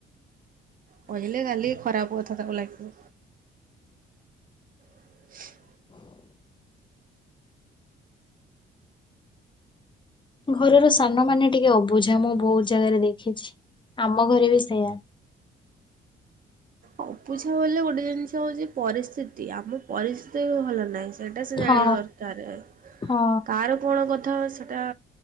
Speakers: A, on the right; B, on the left.
A: କହିଲେ ଗାଲି ଖରାପ କଥା ତାକୁ ଲାଗିବ। <unintelligible>
B: ଘରର ସାନ ମାନେ ଟିକିଏ ଅବୁଝା ମୁଁ ବହୁତ ଜାଗାରେ ଦେଖିଛି ଆମ ଘରେ ବି ସେୟା।
A: ଅବୁଝା ବୋଲି ଗୋଟେ ଜିନିଷ ହଉଛି ପରିସ୍ଥିତି ଆମ ପରିସ୍ଥିତି। ଭଲ ନହିଁ ସେଇଟା ସେ ଜାଣିବା
B: ହଁ
A: ଦରକାର
B: ହଁ
A: କାର କଣ କଥା ସେଇଟା